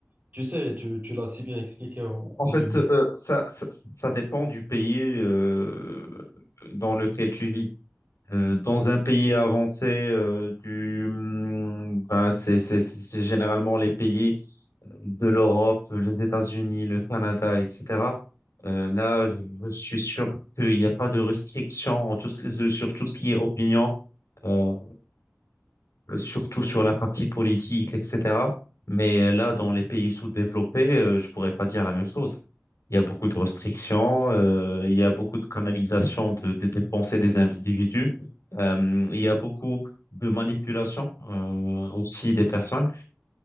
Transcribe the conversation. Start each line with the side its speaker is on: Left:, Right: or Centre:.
Right: Tu sais, tu, tu l'as si bien expliqué au
Left: En
Right: au
Left: fait,
Right: début.
Left: euh, ça, ça, ça dépend du pays euh, dans lequel tu vis. Euh, dans un pays avancé, euh, du, hum, ben, c'est, c'est- c'est généralement les pays de l'Europe, les États-Unis, le Canada, etc. Euh, là, je je suis sûr qu'il n'y a pas de restrictions en tout ce- sur tout ce qui est opinion, euh, surtout sur la partie politique, etc. Mais euh, là, dans les pays sous-développés, euh, je pourrais pas dire la même chose. Il y a beaucoup de restrictions, euh, il y a beaucoup de canalisation de, des des pensées des individus, euh, il y a beaucoup de manipulation euh, aussi des personnes.